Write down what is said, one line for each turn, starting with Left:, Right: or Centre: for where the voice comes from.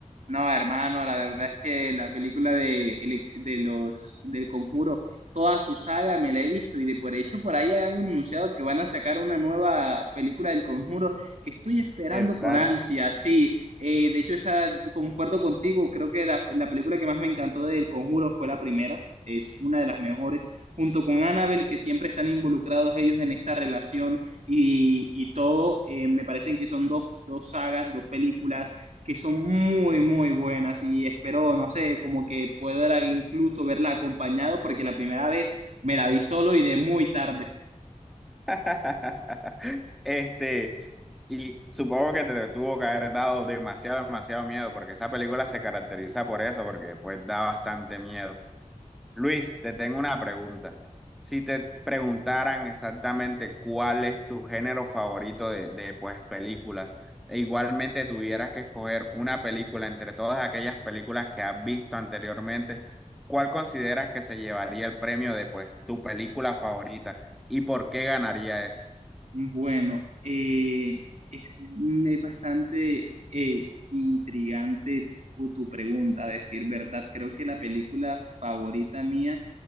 Right: No, hermano, la verdad es que la película de, el- de los del Conjuro, toda su saga me la he visto y de por hecho por ahí han anunciado que van a sacar una nueva película del Conjuro que estoy esperando
Centre: Exacto.
Right: con ansia, sí. Eh, de hecho, esa concuerdo contigo, creo que la, la película que más me encantó del Conjuro fue la primera, es una de las mejores, junto con Annabelle, que siempre están involucrados ellos en esta relación y, y todo, eh, me parecen que son dos, dos sagas, dos películas que son muy, muy buenas y espero, no sé, como que pueda incluso verla acompañado porque la primera vez me la vi solo y de muy tarde.
Centre: <laughs> Este, y supongo que te tuvo que haber dado demasiado, demasiado miedo, porque esa película se caracteriza por eso, porque pues da bastante miedo. Luis, te tengo una pregunta. Si te preguntaran exactamente cuál es tu género favorito de, de, pues, películas, e igualmente tuvieras que escoger una película entre todas aquellas películas que has visto anteriormente, ¿cuál consideras que se llevaría el premio de, pues, tu película favorita y por qué ganaría esa?
Right: Bueno, eh, es, mm, bastante eh, intrigante tu, tu pregunta, a decir verdad. Creo que la película favorita mía